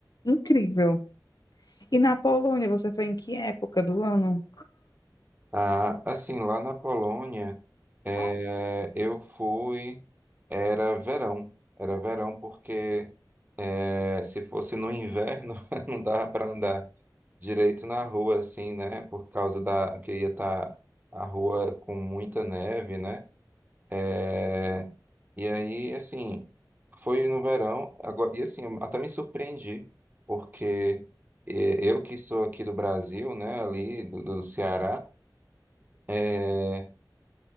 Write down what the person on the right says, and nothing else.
Ah, assim, lá na Polônia, é,
eu fui. Era verão. Era verão porque é, se fosse no inverno, <laughs> não dava para andar direito na rua, assim, né? Por causa da que ia estar a rua com muita neve, né? É, E aí, assim, foi no verão, agora, e assim, eu até me surpreendi, porque eh, eu que sou aqui do Brasil, né, ali do, do Ceará, eh,